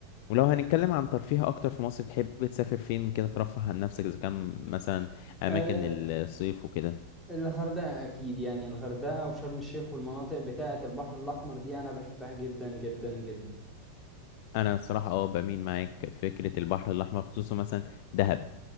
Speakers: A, on the left; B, in the centre.
A: ولو هنتكلم عن ترفيه اكتر في مصر تحب تسافر فين كده ترفه عن نفسك اذا كان مثلا اماكن
B: آه
A: الصيف وكده
B: الغردقة أكيد يعني الغردقة وشرم الشيخ والمناطق بتاعة البحر الأحمر دي أنا بحبها جدا جدا جدا
A: انا صراحة اه بميل معاك في فكرة البحر الاحمر خصوصا مثلا دهب